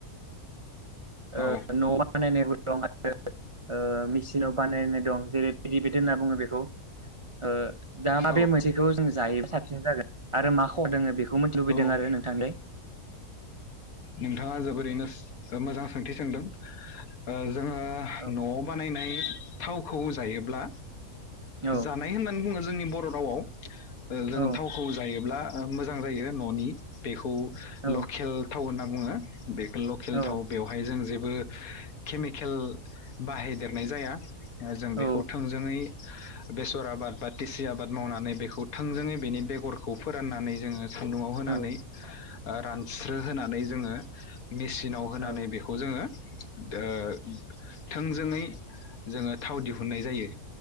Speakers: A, on the right; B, on the left.
A: ओ
B: औ
A: न'आव बानायनायबो दं आरो ओ मेसिनाव बानायनाय दं। जेरै <unintelligible> होनना बुङो बेखौ ओ दा माबे
B: औ
A: मोनसेखौ जों जायोबा साबसिन जागोन? आरो मा खहा दोङो बेख खौ मिथिनो लुबैदों
B: औ
A: आरो नोंथांनिफ्राय।
B: नोंथाङा जोबोरैनो सो मोजां सोंथि सोंदों। ओ जोङो
A: औ
B: न'आव बानायना नाय थावखौ जायोब्ला
A: औ
B: जानाय होननानै बुङो ज जोंनि बर' रावआव ओ जों
A: औ
B: थावखौ जायोब्ला मोजां जायो न'नि बेखौ
A: औ
B: लखेल होनना बुङो। बेखौ लकेल
A: औ
B: थाव बेवहाय जों जे बो केमिकेल बाहायदेरनाय जाया। जों बेखौ
A: औ
B: थोंजोङै बेसर आबाद बा टिसि आबाद मावनानै बेखौ थोंजोङै बेनि बेगरखौ फोराननानै जोङो सुन्दुंआव होनानै
A: औ
B: रान स्रो होनानै जोङो मेसिनाव होनानै
A: औ
B: बेखौ जोङो ओ थोंजोङै जोङो थाव दिहुननाय जायो।